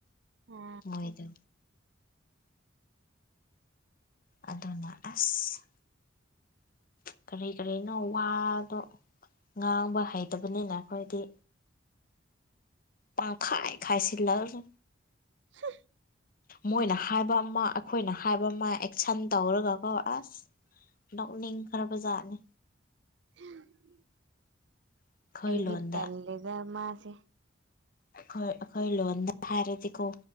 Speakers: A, on the right (about 65°); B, on the left (about 45°).
A: ꯑꯣ
B: ꯃꯣꯏꯗꯣ ꯑꯗꯨꯅ ꯑꯁ ꯀ꯭ꯔꯤ ꯀ꯭ꯔꯤꯅꯣ ꯋꯥꯗꯣ ꯉꯥꯡꯕ ꯍꯩꯇꯕꯅꯤꯅ ꯑꯩꯈꯣꯏꯗꯤ ꯄꯥꯈꯥꯏ ꯈꯥꯏꯁꯤꯜꯂꯛꯑꯅꯤ
A: <inaudible>
B: ꯃꯣꯏꯅ ꯍꯥꯏꯕ ꯑꯃ ꯑꯩꯈꯣꯏꯅ ꯍꯥꯏꯕ ꯑꯃ ꯑꯦꯛꯁꯟ ꯇꯧꯔꯒꯀꯣ ꯑꯁ ꯅꯣꯛꯅꯤꯡ ꯈ꯭ꯔꯕ ꯖꯥꯠꯅꯤ
A: <inaudible>
B: ꯑꯩꯈꯣꯏ
A: ꯑꯩꯗꯤ
B: ꯂꯣꯟꯗ
A: ꯇꯜꯂꯦꯗ ꯃꯥꯁꯦ
B: ꯑꯩꯈꯣꯏ ꯑꯩꯈꯣꯏ ꯂꯣꯟꯗ ꯍꯥꯏꯔꯗꯤꯀꯣ